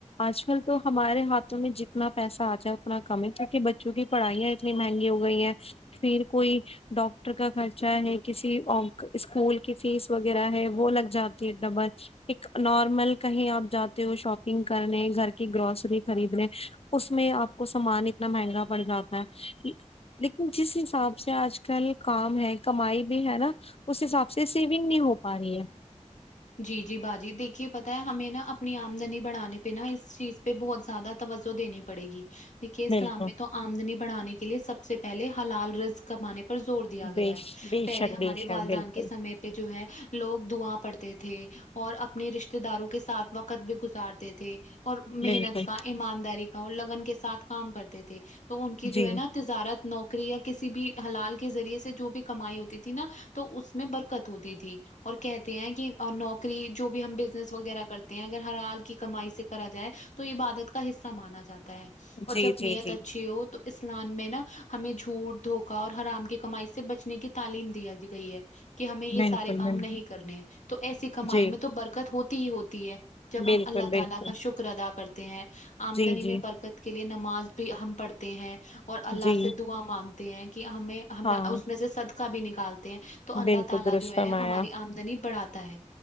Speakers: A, on the left (about 50°); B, on the left (about 75°).
A: آج کل تو ہمارے ہاتھ تہیں جتنا پیسہ آ جائے اتنا کم ہے تاکہ بچوں کی پڑھائیاں اتنی مہنگی ہو گئی ہیں پھر کوئی ڈاکٹر کا خرچہ ہے کسی اور اسکول کی فیس وغیرہ ہے وہ لگ جاتی ہے ڈبل ایک نارمل کہیں اپ جاتے ہو شاپنگ کرنے گھر کی گروسری خرید رے اس میں اپ کو سامان اتنا مہنگا پڑ جاتا ہے لیکن جس حساب سے آج کل کام ہے کمائی بھی ہے نا اس حساب سے سیونگ نہیں ہو پا رہی ہے
B: جی جی باجی دیکھیے پتا ہے ہمیں نا اپنی آمدنی بڑانے پہ نہا اس چیز پہ بہت زیادہ توجو دیننی پڑے گی دیکھیے اسلام
A: بالکل
B: میں تو امدنی بڑانے کے لیے سب سے پہلے ہلال رز کمانے پر زور دیا گیا
A: بے
B: ہے
A: بے
B: پہلے
A: شک
B: ہمارے
A: بے شک
B: والدان
A: بالکل
B: کے سمے پہ جو ہے لوگ دعا پڑتے تے تھے اور اپنے رشتے داروں کے ساتھ وقت بھی گزارتے تھے اور محنت
A: بالکل
B: کا ایمانداری کا اور لگن کے ساتھ کام کرتے تھے تو ان کی جو
A: جی
B: ہے نا تجارت نوکری یا کسی بھی حلال کے ذریعے سے جو بھی کمائی ہوتی تھی نا تو اس میں برکت ہوتی تھی اور کہتے ہیں کہ اور نوکری جو بھی ہم بزنس وغیرہ کرتے ہیں اگر ہر حال کی کمائی سے کرا جائے تو عبادت کا حصہ مانا جاتا ہے اور
A: جی
B: جب
A: جی
B: نیت
A: جی
B: اچھی ہو تو اسلان میں نا ہمیں جھوٹ دھوکا اور حرام کی کمائی سے بچنے کی تعلیم دیا گئی ہے کہ ہمیں یہ
A: بالکل
B: سارے کام
A: بالکل
B: نہیں کرنے ہیں تو ایسی کمائی
A: جی
B: میں تو برکت ہوتی ہی ہوتی ہے جب
A: بالکل
B: ہم اللہ
A: بالکل
B: تعالی کا شکر ادا کرتے ہیں آمدنی
A: جی جی
B: میں برکت کے لیے نماز بھی ہم پڑھتے ہیں اور اللہ
A: جی
B: سے دعا مانگتے ہیں کہ ہمیں ہم
A: ہاں
B: نہ اس میں سے صدقہ بھی نکالتے ہیں تو اللہ
A: بالکل
B: تعالی
A: درست
B: جو ہے
A: فرمایا
B: ہماری آمدنی بڑھاتا ہے